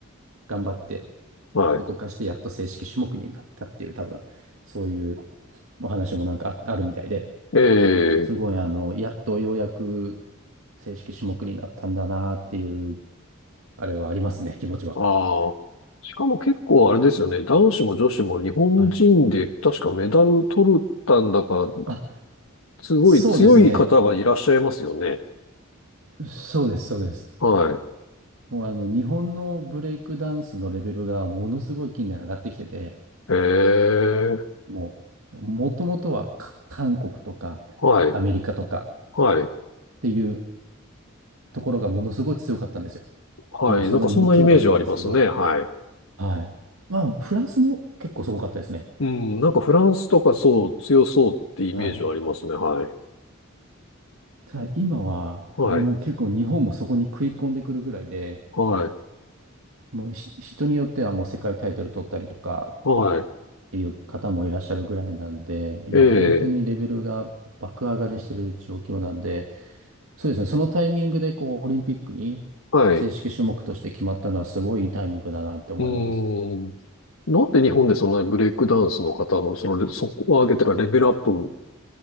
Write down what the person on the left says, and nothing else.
はい。
ええ
ああ。しかも結構あれですよね。男子も女子も日本人で確かメダル取ったんだか、
すごい強い方がいらっしゃいますよね。
はい。
へえ。
はい。
はい。
はい。
なんかそんなイメージはありますね。はい。
うん。なんかフランスとかそう、強そうってイメージはありますね。
はい。
はい。
はい。
はい。
ええ。
はい。う
ーん。なんで日本でそんなにブレイクダンスの方の、その、そこを上げてかレベルアップ